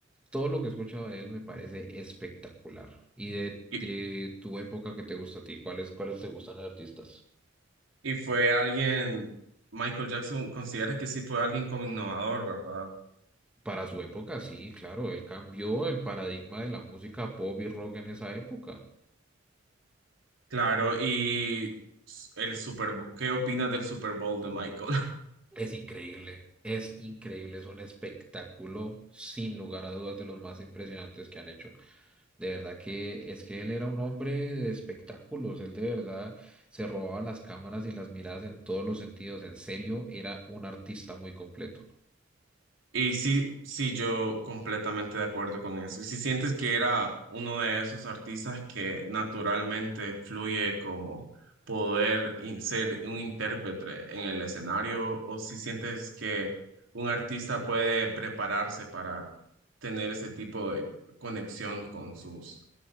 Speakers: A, in the centre; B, on the right.
A: todo lo que he escuchado de él me parece espectacular. Y de,
B: Y,
A: de tu época que te gusta a ti, ¿cuáles, cuáles te gustan los artistas?
B: y fue alguien, Michael Jackson, considera que sí fue alguien como innovador, ¿verdad?
A: Para su época, sí, claro, él cambió el paradigma de la música pop y rock en esa época.
B: Claro, y s- el Super Bowl, ¿qué opinas del Super Bowl de Michael?
A: Es increíble, es increíble, es un espectáculo sin lugar a dudas de los más impresionantes que han hecho. De verdad que es que él era un hombre de espectáculos, él de verdad se robaba las cámaras y las miradas en todos los sentidos, en serio, era un artista muy completo.
B: Y sí, sí, yo completamente de acuerdo con eso. Y si sientes que era uno de esos artistas que naturalmente fluye como poder in- ser un intérprete en el escenario, o si sientes que un artista puede prepararse para tener ese tipo de conexión con sus